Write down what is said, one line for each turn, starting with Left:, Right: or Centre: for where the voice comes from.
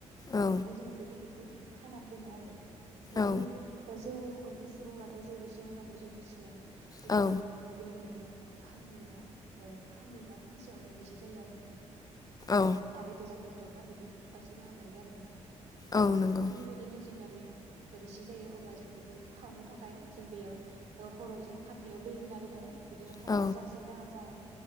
Left: औ
Right: ओमफ्राय जोङो बे पेकेटखौ खानान दोनो आरो। बिदि
Left: औ
Right: जौ गिसि बुंब्लाथ' जौ रोसि बुंब्लाथ' जौ गिसिया बिदिनो
Left: औ
Right: गोलोम बोथोराव खाननै एबा ओ खाननै बा सेयावनो रोसि जायो आरो नोंथां
Left: औ
Right: आरो गोजां बुथुरावबा बिदिनो सप्तासे गाहाम लायो आरो नोंथां
Left: औ नंगौ
Right: एखे बेबादिनो जब्ला बे रोसि जायो अब्ला जों बेखौ खावनो थाखाय जों बेयाव ओ हराव जों खान्थायाव दै होना दोनो बिदि खान्थाजासे
Left: औ
Right: जाहां जाहां